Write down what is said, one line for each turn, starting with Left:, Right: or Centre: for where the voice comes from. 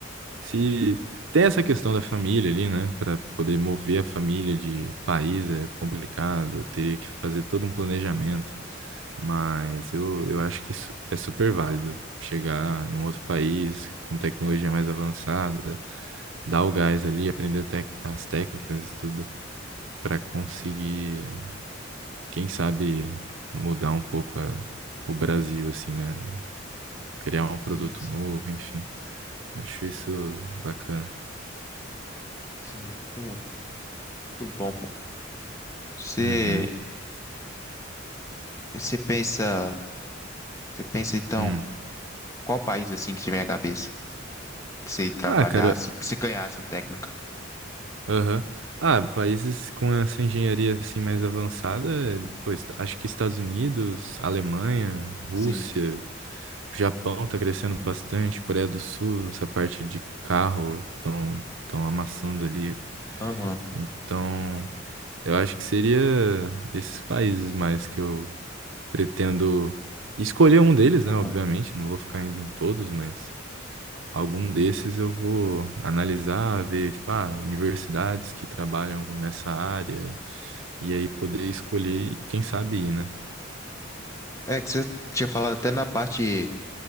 Right: Se tem essa questão da família ali, né? Para poder mover a família de país é complicado, teria que fazer todo um planejamento. Mas eu, eu acho que isso é super válido. Chegar num outro país com tecnologia mais avançada, dar o gás ali, aprender tec- as técnicas e tudo, para conseguir, quem sabe, mudar um pouco a- o Brasil, assim, né? Criar um produto
Left: Sim, sim,
Right: novo, enfim. Acho isso bacana.
Left: sim, é muito, muito bom. pô. Você,
Right: Uhum.
Left: você pensa, você pensa então,
Right: Hum.
Left: qual país assim que tiver a cabeça? Pra você ir trabalhar,
Right: Ah, cara,
Left: se, se ganhar essa técnica.
Right: aham. Ah, países com essa engenharia assim mais avançada, é, pois acho que Estados Unidos, Alemanha, Rússia,
Left: Sim.
Right: Japão tá crescendo bastante, Coreia do Sul, essa parte de carro tão tão amassando ali.
Left: Aham,
Right: Então, eu acho que seria esses países mais que eu pretendo escolher um deles,
Left: aham.
Right: né? Obviamente, não vou ficar indo em todos, mas Algum desses eu vou analisar, ver, tipo, ah, universidades que trabalham com- nessa área, e aí poder escolher e quem sabe ir, né?
Left: É. É que você tinha falado até na parte,